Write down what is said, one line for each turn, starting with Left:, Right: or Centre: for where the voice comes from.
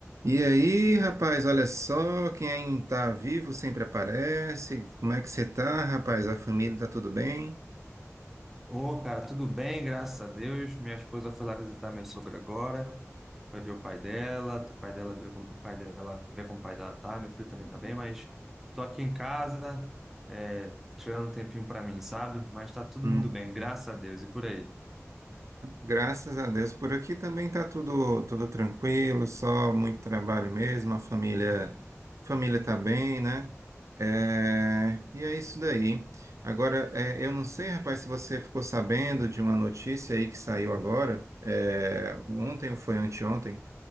Right: E aí, rapaz, olha só, quem tá vivo sempre aparece. Como é que você tá, rapaz? A família tá tudo bem?
Centre: Ô, cara, tudo bem, graças a Deus. Minha esposa foi lá visitar minha sogra agora, vai ver o pai dela, o pai dela vê como o pai dela, vê como o pai dela tá, meu filho também tá bem, mas tô aqui em casa, é, tirando um tempinho pra mim, sabe? Mas tá todo
Right: Uhum.
Centre: mundo bem, graças a Deus. E por aí?
Right: Graças a Deus, por aqui também tá tudo tudo tranquilo, só muito trabalho mesmo, a família família tá bem, né? É, e é isso daí. Agora, é, eu não sei, rapaz, se você ficou sabendo de uma notícia aí que saiu agora, é, ontem ou foi anteontem,